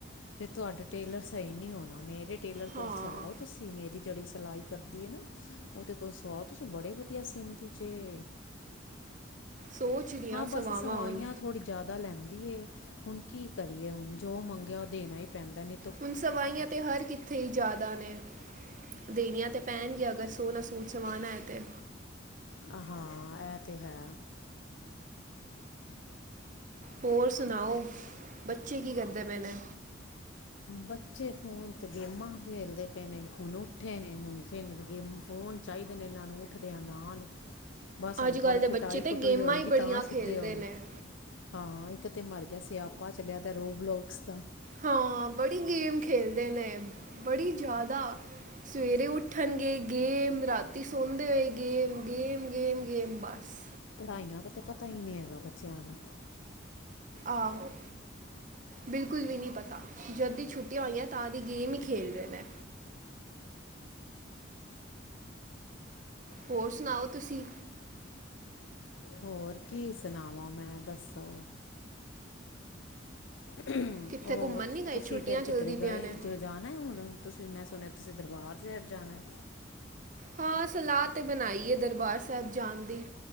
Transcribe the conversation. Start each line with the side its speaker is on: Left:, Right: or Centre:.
Left: ਫਿਰ ਤੁਹਾਡਾ ਟੇਲਰ ਸਹੀ ਨੀ ਹੋਣਾ ਮੇਰੇ ਟੇਲਰ ਕੋਲ
Right: ਹਾਂ
Left: ਸਵਾਓ ਤੁਸੀ ਮੇਰੀ ਜਿਹੜੀ ਸਿਲਾਈ ਕਰਦੀ ਏ ਨਾ ਉਹਦੇ ਕੋਲ ਸਵਾਉ ਤੁਸੀ ਬੜੇ ਵਧੀਆ ਸੀਂਦੀ ਜੇ।
Right: ਸੋਚ ਰਹੀਆਂ
Left: ਹਾਂ ਬੱਸ
Right: ਸਵਾਵਾਂ
Left: ਸਵਾਈਆ
Right: ਹੁਣ
Left: ਥੋੜ੍ਹੀ ਜਾਦਾ ਲੈਂਦੀ ਏ ਹੁਣ ਕੀ ਕਰੀਏ ਹੁਣ ਜੋ ਮੰਗਿਆ ਉਹ ਦੇਣਾ ਹੀ ਪੈਂਦਾ ਨਹੀ
Right: ਹੁਣ ਸਵਾਈਆਂ ਤੇ ਹਰ ਕਿੱਥੇ ਹੀ ਜਾਦਾ ਨੇ। ਦੇਨੀਆ ਤੇ ਪੈਣਗੀਆ ਅਗਰ ਸੋਣਾ ਸੂਟ ਸਵਾਨਾ ਐ ਤੇ।
Left: ਆ ਹਾਂ, ਐਹ ਤੇ ਹੈ।
Right: ਹੋਰ ਸੁਣਾਓ, ਬੱਚੇ ਕੀ ਕਰਦੇ ਪਏ ਨੇ?
Left: ਬੱਚੇ ਫੋਨ ਤੇ ਗੇਮਾਂ ਖੇਲਦੇ ਪਏ ਨੇ। ਹੁਣ ਉੱਠੇ ਨੇ, ਫਿਰ ਗੇਮ, ਫੋਨ। ਚਾਈਦੇ ਨੇ, ਇਨਾਂ ਨੂੰ ਉੱਠਦਿਆਂ ਨਾਲ। ਬਸ ਹੁਣ
Right: ਅੱਜ ਕੱਲ੍ਹ
Left: ਥੋੜ੍ਹੀ
Right: ਦੇ
Left: ਕੁਟਾਈ
Right: ਬੱਚੇ ਤੇ
Left: - ਕੁਟੂਈ
Right: ਗੇਮਾਂ
Left: ਹੋਏਗੀ
Right: ਹੀ ਬੜੀਆਂ
Left: ਤਾਂ ਸਿੱਧੇ
Right: ਖੇਲਦੇ
Left: ਹੋਣਗੇ।
Right: ਨੇ
Left: ਹਾਂ, ਇੱਕ ਤੇ ਮਰ ਗਿਆ ਸਿਆਪਾਂ ਚੱਲੇ ਆਂ ਤੇ ਰੋਡ ਬਲੋਕ, ਸਿੱਧਾ।
Right: ਹਾਂ, ਬੜੀ ਗੇਮ ਖੇਲਦੇ ਨੇ, ਬੜੀ ਜ਼ਿਆਦਾ। ਸਵੇਰੇ ਉੱਠਣਗੇ ਗੇਮ। ਰਾਤੀ ਸੌਦੇ ਹੋਏ ਗੇਮ। ਗੇਮ, ਗੇਮ, ਗੇਮ, ਬਸ।
Left: ਪੜ੍ਹਾਈਆਂ ਦਾ ਤੇ ਪਤਾ ਹੀ ਨਹੀ ਹੈਗਾ ਬੱਚਿਆਂ ਨੂੰ।
Right: ਆਹੋ। ਬਿਲਕੁਲ ਵੀ ਨਹੀਂ ਪਤਾ ਜਦ ਦੀ ਛੁੱਟੀਆਂ ਹੋਈਆਂ ਤਾਂ ਦੀ ਗੇਮ ਹੀ ਖੇਲ ਰਹੇ ਨੇ। ਹੋਰ ਸੁਣਾਓ ਤੁਸੀਂ।
Left: ਹੋਰ ਕੀ ਸੁਣਾਵਾਂ ਮੈਂ ਦੱਸੋ? ਹ
Right: ਕਿੱਥੇ
Left: ਹੋਰ
Right: ਘੁੰਮਣ ਨਹੀਂ ਗਏ
Left: ਤੁਸੀਂ
Right: ਛੁੱਟੀਆਂ
Left: ਫੇਰ
Right: ਚਲਦੀ
Left: ਕਿੱਧਰੇ
Right: ਪਈਆਂ
Left: ਗਏ
Right: ਨੇ
Left: ਜ। ਜਾਣਾ ਹੁਣ ਤੁਸੀਂ ਮੈਂ ਸੁਣਿਆ ਤੁਸੀਂ ਦਰਬਾਰ ਸੈਬ ਜਾਣਾ।
Right: ਹਾਂ ਸਲਾਹ ਤੇ ਬਣਾਈ ਹੈ ਦਰਬਾਰ ਸਾਹਿਬ ਜਾਣ ਦੀ